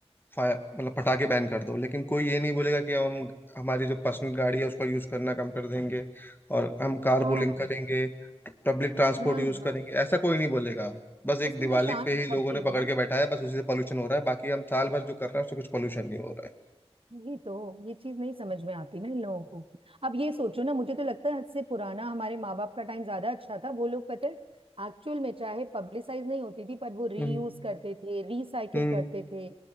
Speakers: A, on the left; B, on the right.
A: फायर मतलब पटाखे बैन कर दो लेकिन कोई ये नहीं बोलेगा कि हम हमारी जो पर्सनल गाड़ी है उसका यूज करना कम कर देंगे और हम कार
B: हाँ
A: पूलिंग करेंगे पब्लिक ट्रांसपोर्ट
B: ना
A: यूज
B: ना
A: करेंगे ऐसा कोई नहीं बोलेगा बस
B: उसमें
A: एक दिवाली
B: तो शांत
A: पे ही लोगों
B: घटती
A: ने पकड़
B: है ना
A: के बैठा है बस उसी से पॉल्यूशन हो रहा है बाकी हम साल भर जो कर रहे हैं उससे कुछ पॉल्यूशन नहीं हो रहा
B: वही तो ये चीज नहीं समझ में आती ना इन लोगों को अब ये सोचो ना मुझे तो लगता है हद से पुराना हमारे माँ बाप का टाइम ज्यादा अच्छा था वो लोग पता है एक्चुअल में चाहे पब्लिसाइज नहीं होती थी पर वो रीयूज
A: है हम्म
B: करते थे रिसाइकिल
A: हम्म
B: करते थे